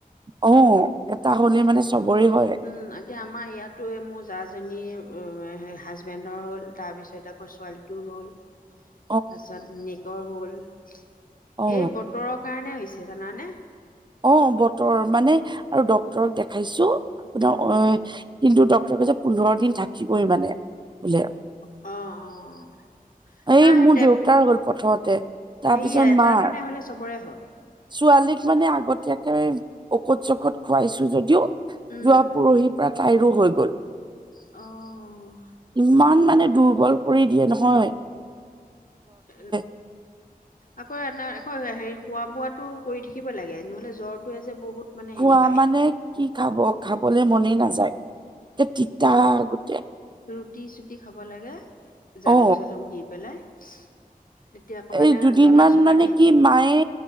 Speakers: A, on the right; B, on the left.
A: অ', এটা হ'লে মানে চবৰে হয়।
B: উম, এতিয়া আমাৰ ইয়াতো মোৰ জাজনীৰ অ'- হাজবেণ্ডৰ হ'ল, তাৰপিছত আকৌ ছোৱালী টো হ'ল।
A: <unintelligible>
B: তাৰপিছত নেকৰ হ'ল। এই
A: অ
B: বতৰৰ কাৰণে হৈছে, জানানে?
A: অ' বতৰ মানে- আৰু ডাক্তৰক দেখাইছোঁ। আপোনাৰ
B: উম,
A: অ' কিন্তু ডক্টৰে কৈছে পোন্ধৰ দিন থাকিবই মানে বোলে।
B: অ' - অ'।
A: এই
B: নাই
A: মোৰ
B: সেই টেব
A: দেউতাৰ হ'ল প্ৰথমতে। তাৰপিছত
B: হেৰি এটা
A: মাৰ।
B: মানে হ'লে চবৰে হয়।
A: ছোৱালীক মানে আগতীয়া কে ঔষধ-চৌষধ খুৱাইছোঁ যদিও,
B: উম,
A: যোৱা পৰহিৰ পৰা তাইৰো হৈ গ'ল।
B: অ'।
A: ইমান মানে দুৰ্বল কৰি দিয়ে নহয়।
B: এন
A: <unintelligible>
B: আকৌ এটা- আকৌ হেৰি খোৱা-বোৱাটো কৰি থাকিব লাগে। নহ'লে জ্বৰটোৱে যে বহুত মানে
A: খোৱা
B: হেৰি পায়।
A: মানে, কি খাব? খাবলে মনেই নাযায়। একে তিতা গোটে।
B: ৰুটি-চুটি খাব লাগে, জালুক-চালুক
A: অ
B: দি পেলাই। তেতিয়া অকমানে
A: এই দুদিনমান
B: জ্বলা চলা
A: মানে
B: দি
A: কি, মায়ে